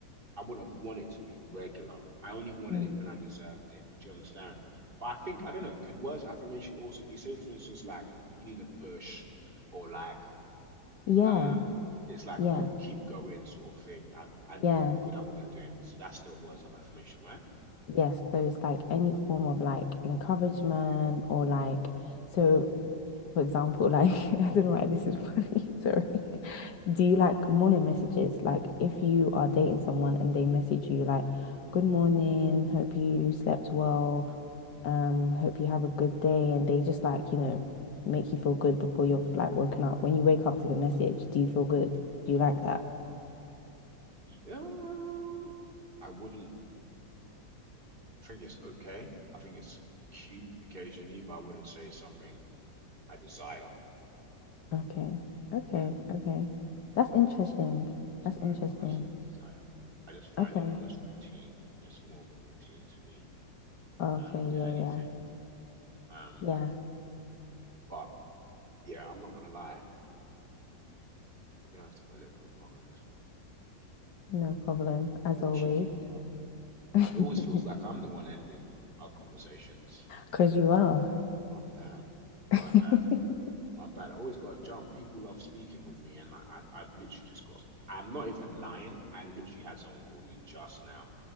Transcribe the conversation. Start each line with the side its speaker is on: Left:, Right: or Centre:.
Right: I wouldn't have wanted to be regular. I only wanted
Left: them.
Right: it when I deserved it. Do you understand? But I think,
Left: Mm.
Right: I don't know,
Left: okay.
Right: can words of affirmation also be, say, for instance, like you need a push or like
Left: Yeah,
Right: um it's like,
Left: yeah,
Right: oh, keep going sort of thing. I, I know
Left: yeah,
Right: you're good at what you're doing. So that's still words of affirmation, right?
Left: yes. So it's like any form of like encouragement or like, so For example, like <laughs> I don't know why this is funny, <laughs> sorry.
Right: Mm.
Left: Do you like morning messages? Like if you are dating someone and they message you like, good morning, hope you slept well, um, hope you have a good day, and they just like, you know, make you feel good before you've like woken up. When you wake up to the message, do you feel good? Do you like that?
Right: Yeah. I wouldn't think it's okay. I think it's cute occasionally, but I wouldn't say it's something I desire.
Left: Okay. Okay.
Right: Yeah,
Left: Okay. That's interesting.
Right: I don't think so. something
Left: That's interesting.
Right: I, I massively desire. I just find
Left: Okay.
Right: it almost routine. It's more of a routine to me
Left: Okay.
Right: um than
Left: Yeah.
Right: anything.
Left: Yeah.
Right: Um,
Left: Yeah.
Right: but yeah, I'm not gonna lie. We're gonna have to put a little bookmark on this one.
Left: No problem, as
Right: A Little
Left: always.
Right: cheeky bookmark.
Left: <laughs>
Right: It always feels like I'm the one ending our conversations.
Left: Because you are.
Right: Oh damn.
Left: <laughs>
Right: My bad. My bad. I always gotta jump. People love speaking with me and like I, I've literally just got I'm not even lying. I literally had someone call me just now.